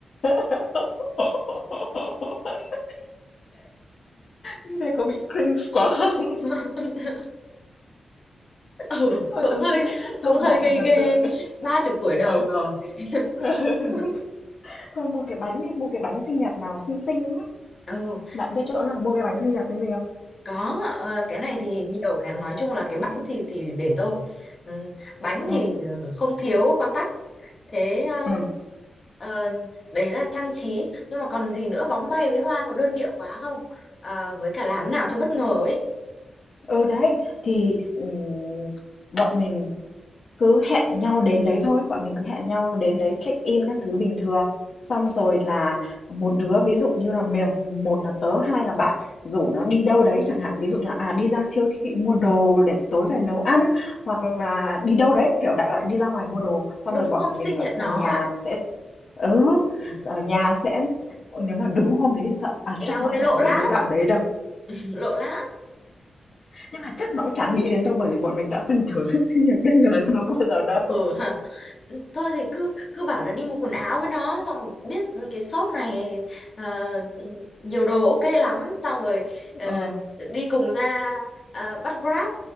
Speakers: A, on the left; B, on the left.
A: <laughs> Như thế có bị cringe quá không?
B: <laughs> ừ
A: Thôi
B: cũng
A: tớ
B: hơi
A: nghĩ nhá, thôi
B: cũng hơi
A: bỏ
B: ghê
A: phần thần
B: ghê
A: tượng đi.
B: ba chục tuổi đầu
A: Ờ.
B: rồi
A: <laughs>
B: <laughs>
A: Thôi mua cái bánh đi, mua cái bánh sinh nhật nào xinh xinh
B: ừ
A: Bạn biết chỗ nào mua cái bánh sinh nhật xinh xinh không?
B: có ờ, cái này thì nhiều cái nói chung là cái bánh thì thì để tôi Ừ, bánh
A: ừ
B: thì ờ, không thiếu con tách thế um,
A: ừ
B: ờ, đấy là trang trí nhưng mà còn gì nữa bóng bay với hoa có đơn điệu quá không Ờ, với cả làm nào cho bất ngờ ấy
A: Ừ, đấy, thì, ừm, bọn mình cứ hẹn nhau đến đấy thôi, bọn mình cứ hẹn nhau đến đấy check-in các thứ bình thường. Xong rồi là một đứa ví dụ như là mèo một là tớ, hai là bạn, rủ nó đi đâu đấy chẳng hạn, ví dụ là, à, đi ra siêu thị mua đồ để tối về nấu ăn, hoặc là đi đâu đấy, kiểu, đại loại đi ra ngoài mua đồ, xong
B: đúng
A: rồi bọn
B: hôm sinh
A: mình ở
B: nhật
A: trà
B: nó
A: nhà
B: à
A: sẽ ừ,
B: <laughs>
A: ở nhà sẽ nếu mà đúng hôm đấy thì sợ à,
B: eo
A: chắc nó
B: ơi
A: cũng chả
B: lộ
A: nghĩ
B: lắm
A: đến đoạn đấy đâu.
B: lộ lắm
A: Nhưng mà chắc nó cũng chẳng nghĩ đến đâu bởi vì bọn mình đã từ chối sự sinh nhật bất ngờ cho nó bao giờ đâu.
B: ừ <laughs> Ừ, thôi thì cứ cứ bảo là đi mua quần áo với nó xong biết cái shop này ờ, nhiều đồ ok lắm xong rồi ờ,
A: Ờ,
B: đi cùng ra ờ, bắt Grab